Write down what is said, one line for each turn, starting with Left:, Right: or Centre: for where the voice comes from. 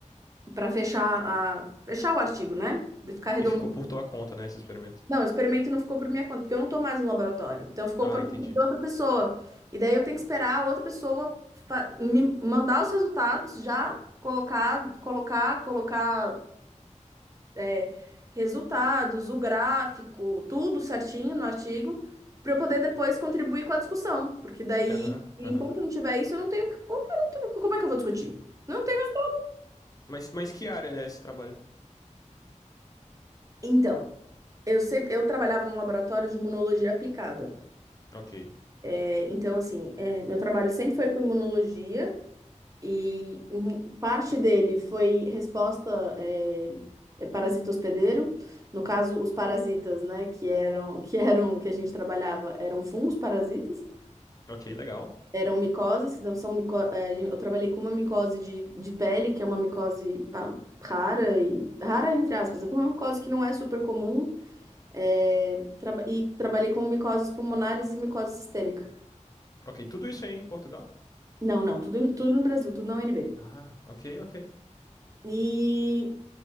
Right: para fechar a... fechar o artigo, né? De ficar redondinho.
Left: E ficou por tua conta, né, esse experimento.
Right: Não, o experimento não ficou por minha conta, porque eu não tô mais no laboratório. Então ficou
Left: Ah,
Right: por
Left: entendi.
Right: conta de outra pessoa. E daí eu tenho que esperar a outra pessoa fa- me mandar os resultados já colocar, colocar, colocar é, resultados, o gráfico, tudo certinho no artigo, para eu poder depois contribuir com a discussão. Porque daí,
Left: Aham,
Right: enquanto
Left: aham.
Right: não tiver isso, eu não tenho. que- Como que eu não tenho- como é que eu vou discutir? Não tenho resultado.
Left: Mas, mas que área é esse trabalho?
Right: Então, eu sempre, eu trabalhava num laboratório de imunologia aplicada.
Left: Ok.
Right: É, então, assim, é, meu trabalho sempre foi com imunologia. E hum, parte dele foi resposta é, é parasita hospedeiro, no caso, os parasitas, né, que eram, que eram, que a gente trabalhava, eram fungos parasitas,
Left: Ok, legal.
Right: Eram micoses, então são mico eh, eu trabalhei com uma micose de, de pele, que é uma micose pá, rara, e rara entre aspas, é uma micose que não é super comum, eh, traba- e trabalhei com micoses pulmonares e micose sistêmica.
Left: Ok, tudo isso aí em Portugal?
Right: Não, não, tudo, tudo no Brasil, tudo na UNB.
Left: Ah, ok, ok.
Right: E,